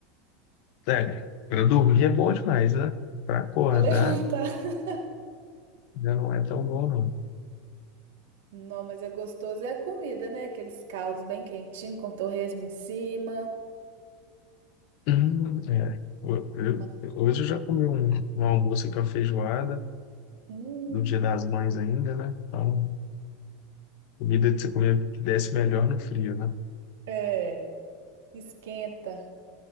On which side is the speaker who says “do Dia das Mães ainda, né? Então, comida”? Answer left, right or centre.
Left